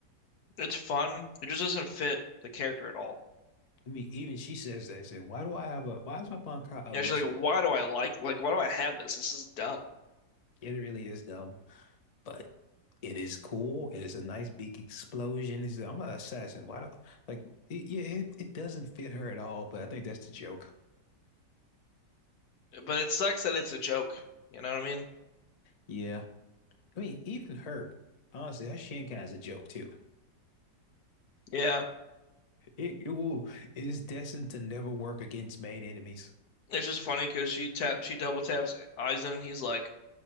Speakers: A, on the left; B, on the left.
A: It's fun. It just doesn't fit the character at all.
B: I mean, even she says that. She said, why do I have a, why is my bankai a
A: You
B: missile?
A: know, she's like, why do I like like why do I have this? This is dumb.
B: It really is dumb. but it is cool. It's a nice big explosion. It's, I'm an assassin. Why don't like it, yeah, it, it doesn't fit her at all, but I think that's the joke.
A: But it sucks that it's a joke. You know what I mean?
B: Yeah. I mean, even her, honestly, her Shinkai is a joke too.
A: Yeah,
B: It, it will it is destined to never work against main enemies.
A: It's just funny because she tap she double taps Aizen and he's like,